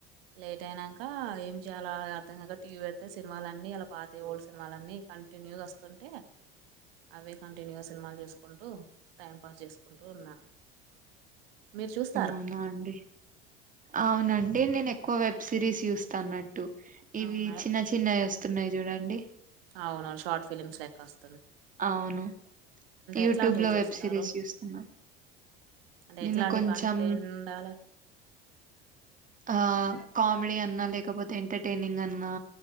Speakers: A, on the right; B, on the right.
A: లేట్ అయినాక ఏం చెయ్యాలా అర్థం కాక టీవీ పెడితే సినిమాలన్నీ ఇయ్యాల పాతయి ఓల్డ్ సినిమాలన్నీ కంటిన్యూగా వస్తుంటే అవే కంటిన్యూస్ సినిమాలు చూసుకుంటూ టైంపాస్ చేసుకుంటూ ఉన్నాను మీరు చూస్
B: అవునా అండి అవునండి నేను ఎక్కువ వెబ్ సిరీస్ చూస్తానం టు ఇవి
A: అవునా
B: చిన్న చిన్నయి వస్తున్నాయి చూడండి
A: అవును షార్ట్ ఫిలిమ్స్ లెక్క ఓస్
B: అవును యూట్యూబ్
A: ఎట్లాంటివి
B: లో
A: చూస్తారు
B: వెబ్ సిరీస్ చూస్తున్నా
A: అంటే
B: నేను
A: ఎట్లాంటి
B: కొంచెం
A: కంటెండ్ ఉండాలే
B: ఆ కామెడీ అన్నా లేకపోతే ఎంటర్టైనింగ్ అన్నా